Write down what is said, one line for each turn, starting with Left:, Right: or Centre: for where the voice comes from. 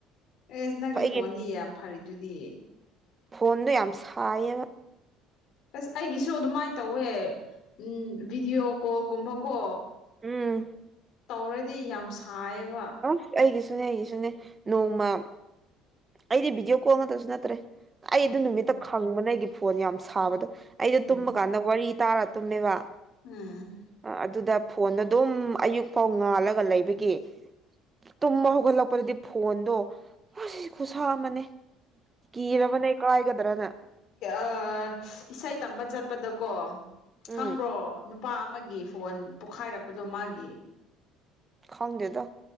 Left: ꯑꯦꯁ ꯅꯪꯒꯤ
Right: ꯑꯩꯒꯤ
Left: ꯐꯣꯟꯗꯤ ꯌꯥꯝ ꯐꯔꯤꯗꯨꯗꯤ
Right: ꯐꯣꯟꯗꯣ ꯌꯥꯝ ꯁꯥꯏꯌꯦꯕ
Left: ꯑꯁ ꯑꯩꯒꯤꯁꯨ ꯑꯗꯨꯃꯥꯏꯅ ꯇꯧꯋꯦ ꯎꯝ ꯚꯗꯤꯑꯣ ꯀꯣꯜꯒꯨꯝꯕꯀꯣ
Right: ꯎꯝ
Left: ꯇꯧꯔꯗꯤ ꯌꯥꯝ ꯁꯥꯏꯌꯦꯕ
Right: ꯑ ꯑꯩꯒꯤꯁꯨꯅꯦ ꯑꯩꯒꯤꯁꯨꯅꯦ ꯅꯣꯡꯃ ꯑꯩꯗꯤ ꯚꯤꯗꯤꯑꯣ ꯀꯣꯜ ꯉꯥꯛꯇꯁꯨ ꯅꯠꯇ꯭ꯔꯦ ꯑꯩ
Left: ꯎꯝ
Right: ꯑꯗꯨ ꯅꯨꯃꯤꯠꯇ ꯈꯪꯕꯅ ꯑꯩꯒꯤ ꯐꯣꯟ ꯌꯥꯝ ꯁꯥꯕꯗꯣ ꯑꯩꯗꯣ
Left: ꯎꯝ
Right: ꯇꯨꯝꯕ ꯀꯥꯟꯗ ꯋꯥꯔꯤ ꯇꯥꯔ ꯇꯨꯝꯃꯦꯕ
Left: ꯎꯝ
Right: ꯑꯥ ꯑꯗꯨꯗ ꯐꯣꯟꯗ ꯑꯗꯨꯝ ꯑꯌꯨꯛ ꯐꯥꯎ ꯉꯥꯜꯂꯒ ꯂꯩꯕꯒꯤ ꯇꯨꯝꯕ ꯍꯧꯒꯠꯂꯛꯄꯗꯗꯤ ꯐꯣꯟꯗꯣ ꯑꯁ ꯈꯨꯁꯥ ꯑꯃꯅꯦ ꯀꯤꯔꯕꯅꯦ ꯀꯥꯏꯒꯗ꯭ꯔꯅ
Left: ꯑꯥ ꯏꯁꯩ ꯇꯝꯕ ꯆꯠꯄꯗꯀꯣ ꯈꯪꯕ꯭ꯔꯣ
Right: ꯎꯝ
Left: ꯅꯨꯄꯥ ꯑꯃꯒꯤ ꯐꯣꯟ ꯄꯣꯛꯈꯥꯏꯔꯛꯄꯗꯣ ꯃꯥꯒꯤ
Right: ꯈꯪꯗꯦꯗ